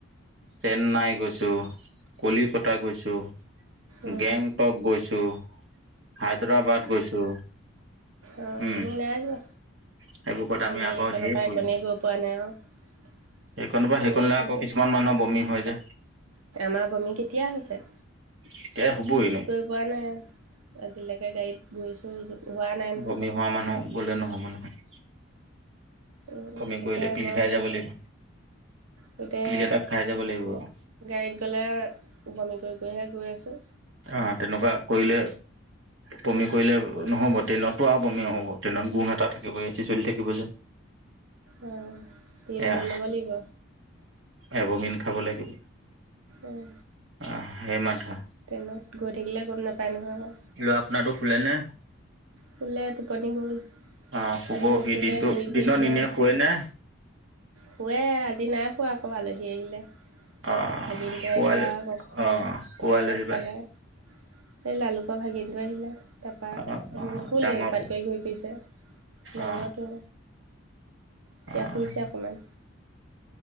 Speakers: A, on the right; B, on the right.
A: চেন্নাই গৈছোঁ, কলিকতা গৈছোঁ।
B: উম
A: গেংটক গৈছোঁ, হায়দৰাবাদ গৈছোঁ।
B: অ',
A: উম,
B: আমি নাই যোৱা,
A: সেইবোৰ ক'ত
B: আমি
A: আগত
B: এইকনৰ
A: ধেৰ
B: পৰা
A: ফুৰিলো।
B: একনে গৈ পোৱা নাই, অ'। <unintelligible>
A: সেইকনৰ পৰা সেইকনলে আকৌ কিছুমান মানুহৰ বমি হয় যে,
B: আমাৰ বমি কেতিয়া হৈছে?
A: <unintelligible> তে হবই ন?
B: হোৱা নাই, আজিলৈকে গাড়ীত ঘূৰিছোঁ, হোৱা নাই নহয়।
A: বমি হোৱা মানুহ গ'লে নহ'ব নহয়।
B: উম,
A: বমি
B: তাকে
A: কৰিলে পিল
B: মই
A: খাই যাব লাগিব।
B: গোটেই
A: পিল এটা খাই যাব লাগিব আৰু।
B: গাড়ীত গ'লে, বমি কৰি কৰিহে গৈ আছো।
A: অ', তেনেকুৱা কৰিলে, বমি কৰিলে নহ'ব ট্ৰেইনত পোৰা বমি হ'ব, ট্ৰেইনত গোন্ধ এটা থাকিব, এচি চলি থাকিব যে।
B: অঁ পিল
A: এয়া,
B: লৈ ল'ব লাগিব
A: এভমিন খাব লাগিল।
B: অঁ।
A: আ, সেই মাথা।
B: ট্ৰেইনত গৈ থাকিলে গম নাপায় নহয়।
A: <unintelligible> আপোনাৰ টো শুলে নে?
B: শুলে
A: <inaudible>
B: টোপনি গ'ল
A: অ, শুব
B: আজি নুশুলে
A: সি দিনটো,
B: ঘূৰি
A: দিনত
B: ফুৰিছে
A: ইনে
B: আৰু
A: শুৱে নে?
B: শুৱে, আজি নাই শুৱা আকৌ আলহী আহিলে।
A: আহ
B: ভাগিনটো
A: কোৱাল
B: আহিলে আৰু
A: অ কোৱা আলহী
B: লগ
A: বা
B: পালে। সেই লালুকৰ ভাগিনটো আহিলে। তাৰপা
A: অ
B: সি
A: অ
B: নুশুলে,
A: ডাঙৰটো
B: উৎপাত কৰি ঘূৰি ফুৰিছে
A: অ
B: ডাঙৰটো। এতিয়া
A: অ',
B: শুইছে অকণমান